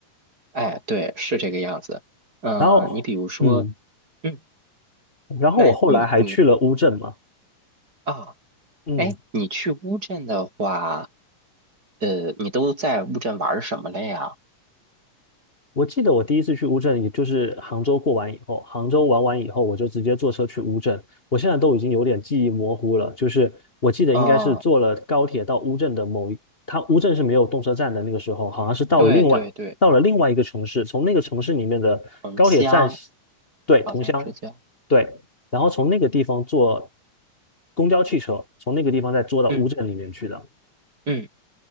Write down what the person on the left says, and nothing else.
然后。
嗯，
然后我后来还去了乌镇嘛，
嗯，
我记得我第一次去乌镇，也就是杭州过完以后，杭州玩完以后，我就直接坐车去乌镇。我现在都已经有点记忆模糊了，就是我记得应该是坐了高铁到乌镇的某一，
它乌镇是没有动车站的，那个时候好像是到了另外到了另外一个城市，
从那个城市里面的高铁站，
对，
桐乡，对，然后从那个地方坐公交汽车，从那个地方再坐到乌镇里面去的。